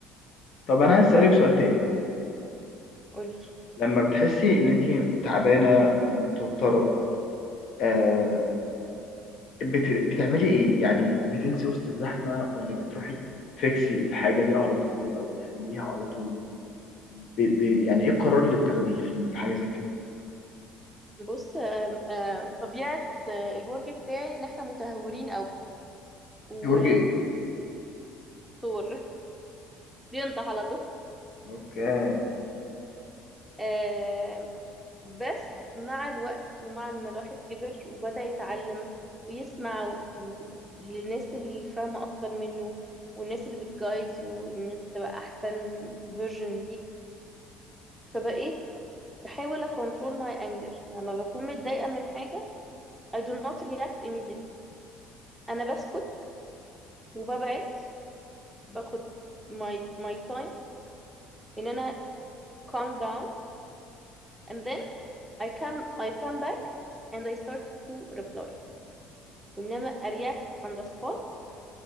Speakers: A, on the left; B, in the centre.
A: طب أنا عايز أسألك سؤال تاني
B: قولي
A: لما بتحسي إن أنت تعبانة أو متوترة آه
B: اوكي
A: بت... بتعملي إيه؟ يعني بتنسي وسط الزحمة ولا بتروحي تفكسي الحاجة دي على طول أو بتحليها على طول؟ ب... ب... يعني إيه القرار اللي بتاخديه في في حاجة زي كده؟
B: بص آم، آم، طبيعة آه، البرج بتاعي ان احنا متهورين قوي و
A: برج ايه
B: وثور بينطح على طول
A: أوكي
B: آه بس مع الوقت ومع ما الواحد كبر وبدأ يتعلم ويسمع و... و... للناس اللي فاهمة أكتر منه والناس اللي بتجايد وإنك تبقى أحسن فيرجن ليك فبقيت بحاول أكونترول ماي أنجر لما بكون متضايقة من حاجة I do not react immediately أنا بسكت وببعد باخد my my time إن أنا calm down and then I come I come back and I start to reply انما ارياك on the spot